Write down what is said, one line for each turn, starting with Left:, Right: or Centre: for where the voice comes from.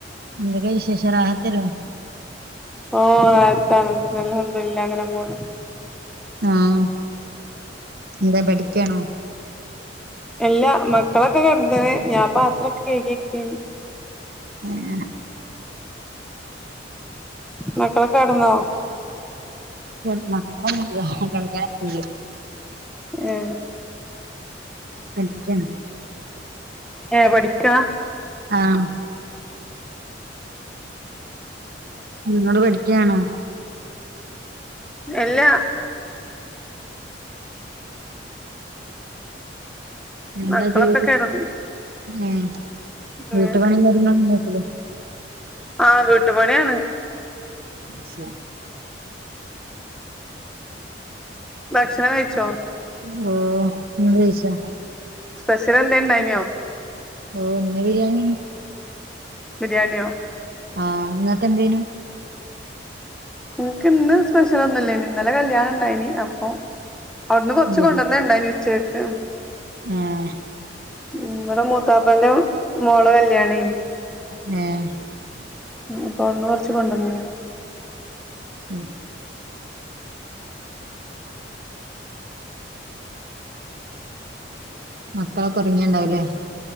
Right: എന്തൊക്കെ വിശേഷം റാഹത്തല്ലേ?
Centre: ഓഹ് റാഹത്താണ് അൽഹംദുലില്ലാഹ് ങ്ങനെ പോണ്‌.
Right: ആഹ് എന്താ പഠിക്കണോ?
Centre: എല്ല മക്കളൊക്കെ കെടന്ന്ണ് ഞാൻ പാത്രൊക്കെ കഴ്കിക്കെന്ന്
Right: ഹെ
Centre: മക്കളൊക്കെ കെടന്നോ?
Right: നമ്മളെന്നും ഇല്ല <unintelligible>
Centre: ഏ
Right: പഠിക്കാന്
Centre: ഏ പഠിക്കാ
Right: ആഹ് നിങ്ങള് പഠിക്കയാണോ
Centre: ഏല്ല
Right: എന്താ
Centre: മക്കളൊക്കെ
Right: ജോലി
Centre: കിടന്നു
Right: എ
Centre: ഉം
Right: വീട്ടു പണി നോക്കുന്നില്ലേ
Centre: ആഹ് വീട്ടുപണിയാണ്
Right: ശോ
Centre: ഭക്ഷണം കഴിച്ചോ
Right: ന്നലോ ഇങ്ങള് കഴിച്ചാ
Centre: സ്പെഷ്യലെന്തേ ഇണ്ടായ്ന്യോ
Right: ഓഹ് ഇന്ന് ബിരിയാണി
Centre: ബിരിയാണിയോ
Right: ആഹ് ഇങ്ങക്കെന്തേയ്നു
Centre: ഞങ്ങക്ക്‌ ഇന്ന് സ്പെഷ്യൽ ഒന്നും ഇല്ലേയ്നി ഇന്നലെ കല്യാണം ഇണ്ടായ്നി അപ്പൊ അവ്ട്ന്ന് കൊർച്ച്
Right: ബിരി
Centre: കൊണ്ടെന്നെഹ് ഇണ്ടായ്നി ഉച്ചകെക്ക്
Right: ഏഹ്
Centre: ഉം ഇവടെ മൂത്താപ്പന്റെ മോളെ കല്യാണേയ്നി
Right: തന്നേ
Centre: ഉം അപ്പൊ അവ്ട്ന്ന് കൊർച്ച് കൊണ്ടെന്നീന്
Right: സ് ഉം മക്കളൊക്കെ ഒറങ്യേണ്ടാവുംലെ